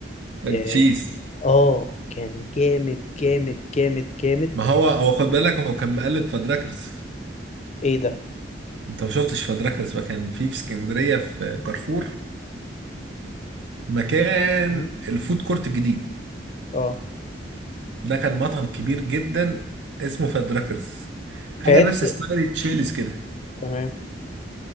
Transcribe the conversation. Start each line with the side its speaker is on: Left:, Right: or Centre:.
Right: التشيز
Left: اه آه، كان جامد جامد جامد جامد
Right: ما هو هو خد بالك هو كان مقلد فدراكرز
Left: ايه ده
Right: انت ما شفتش فدراكرز بقى كان في في اسكندرية في كارفور مكان
Left: م?
Right: الفود كورت الجديد
Left: اه
Right: ده كان مطعم كبير جدا اسمه فادراكرز حاجة
Left: فاد
Right: نفس ستايل تشيلز كده
Left: تمام